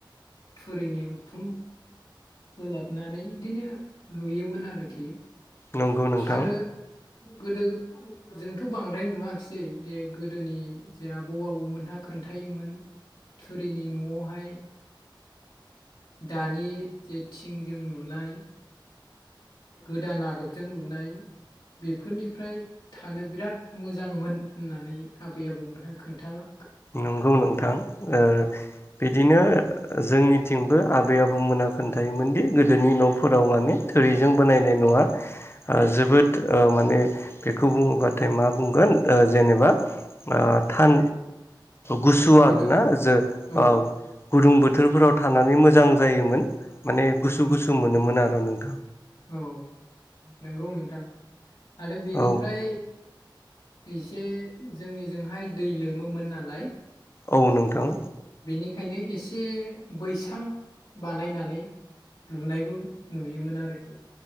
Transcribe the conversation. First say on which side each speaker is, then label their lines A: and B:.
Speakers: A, on the left (about 65°); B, on the left (about 30°).
A: थुरिनि उखुम फोलाबनानै बिदिनो लुयोमोन आरोखि
B: नंगौ नोंथां।
A: आरो गोदो जोंथ' बांद्राय नुवाखिसै जे गोदोनि जे आबौ आबौमोनहा खोन्थायोमोन थुरिनि न'आवहाय दानि जे थिंजों लुनाय गोदान आदबजों लुनाय बेफोरनिफ्राय थानो बिराद मोजांमोन होननानै आबै आबौमोनहा खोनथाला
B: नंगौ नोंथां ओ बि बिदिनो जोंनिथिंबो आबै आबौमोना खोन्थायोमोनदि गोदोनि न'फोराव माने थोरिजों बानायनाय न'आ आह जोबोद अ माने बेखौ बुङोबाथाय मा बुंगोन आह जेनेबा अ थान गुसु
A: गुदुं
B: आरोना जे
A: औ
B: ओह गुदुं बोथोरफोराव थानानै मोजां जायोमोन। माने गुसु
A: उम
B: गुसु मोनोमोन आरो नों
A: औ नंगौ नोंथां आरो बेनिफ्राय
B: औ
A: एसे जोंनिजोंहाय दै लोमोमोन नालाय
B: औ नोंथां
A: बेनिखायनो एसे बैसां बानायनानै लुनायबो नुयोमोन आरोखि